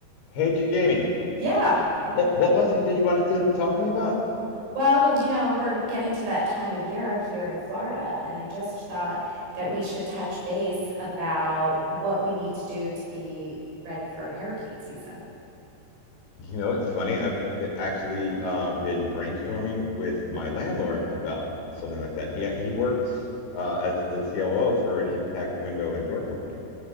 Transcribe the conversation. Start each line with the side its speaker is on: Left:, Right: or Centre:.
Left: Hey Jamie,
Right: Yeah.
Left: what what was it that you wanted to talk to me about?
Right: Well, you know, we're getting to that time of year here in Florida, and I just thought that we should touch base about what we need to do to be ready for hurricane season.
Left: You know, it's funny. I've be actually uh, been brainstorming with my landlord about something like that. He he works uh, as the COO for an impact window and door company,